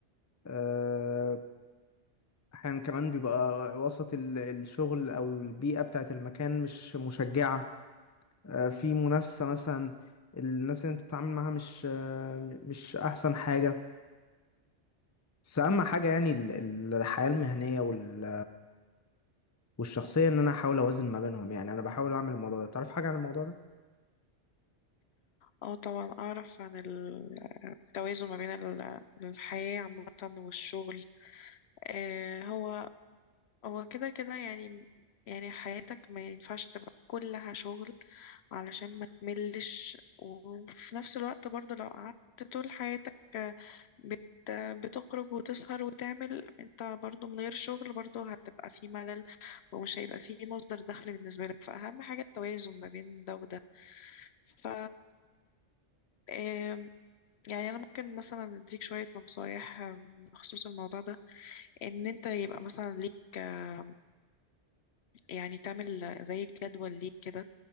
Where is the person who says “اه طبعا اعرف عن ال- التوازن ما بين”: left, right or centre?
Left